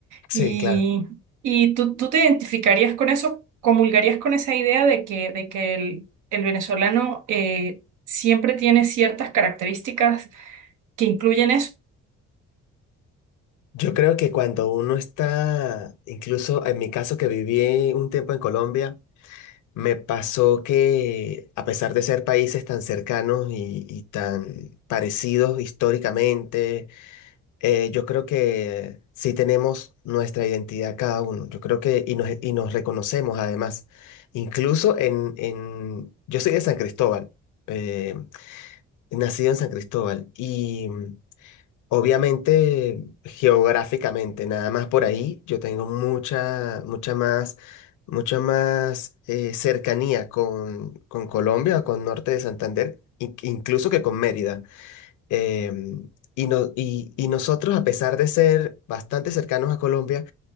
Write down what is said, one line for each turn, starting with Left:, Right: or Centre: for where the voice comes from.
Left: sí,
Right: Y,
Left: claro.
Right: y tú, tú te identificarías con eso, comulgarías con esa idea de que, de que el, el venezolano eh, siempre tiene ciertas características que incluyen eso.
Left: Yo creo que cuando uno está, incluso en mi caso que viví un tiempo en Colombia, me pasó que a pesar de ser países tan cercanos y, y tan parecidos históricamente, eh, yo creo que sí tenemos nuestra identidad cada uno. Yo creo que y nos, y nos reconocemos además. Incluso en, en, yo soy de San Cristóbal, eh, nacido en San Cristóbal y... Obviamente, geográficamente, nada más por ahí, yo tengo mucha, mucha más, mucha más eh, cercanía con, con Colombia, con Norte de Santander, in- incluso que con Mérida. Em, y, no- y, y nosotros, a pesar de ser bastante cercanos a Colombia,